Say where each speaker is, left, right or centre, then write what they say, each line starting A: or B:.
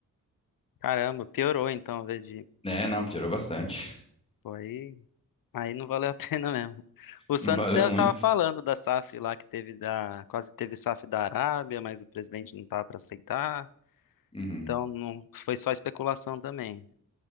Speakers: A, on the left (about 80°); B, on the left (about 15°).
A: <laughs> Caramba, piorou então, ao invés de.
B: né não, piorou bastante. <laughs>
A: Pô, aí, aí não valeu a <laughs> pena mesmo. O
B: Não
A: Santos
B: valeu
A: te-
B: muito.
A: tava falando da SAF lá que teve da. Quase teve SAF da Arábia, mas o presidente não tava para aceitar.
B: Uhum.
A: Então não foi só especulação também.